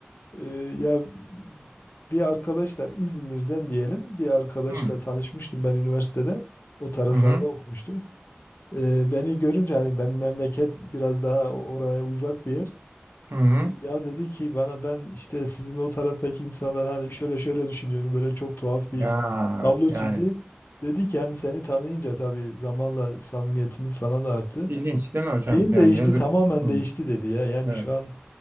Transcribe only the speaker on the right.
Hı
hı hı.
hı.
Ya
yani
ilginç değil mi hocam?
Yani
yazık.
Hı.
Evet.